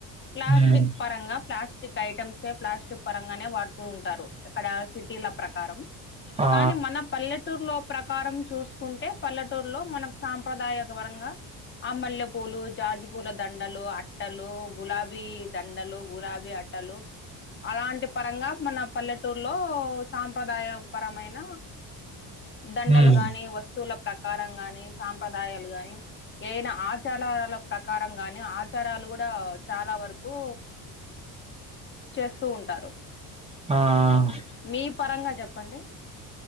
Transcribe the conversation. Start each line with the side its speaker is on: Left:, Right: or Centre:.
Left: ప్లాస్టిక్
Right: మ్
Left: పరంగా ప్లాస్ట్ టిక్ ఐటమ్సే ప్లాస్టిక్ పరంగానే వాడుతూ ఉంటారు ఇక్కడ సిటీల ప్రకారం
Right: ఆ
Left: కానీ మన పల్లెటూరులో ప్రకారం చూసుకుంటే పల్లెటూ రూ లో మనకు సాంప్రదాయ పరంగా ఆ మల్లెపూలు జాజుపూల దండలు అట్టలు గులాబీ దండలు గులాబీ అ టలు అలాంటి పరంగా మన పల్లెటూరులో సాంప్రదాయ పరమైన దండలు
Right: మ్
Left: గాని వస్తువుల ప్రకారం గాని సాంప్రదాయాలు గాని ఏయినా ఆచారాల ప్రకారం గాని ఆచారాలు కూడా చాలా వరకు చేస్తూ ఉంటారు
Right: హా హా
Left: మీ పరంగా చెప్పండి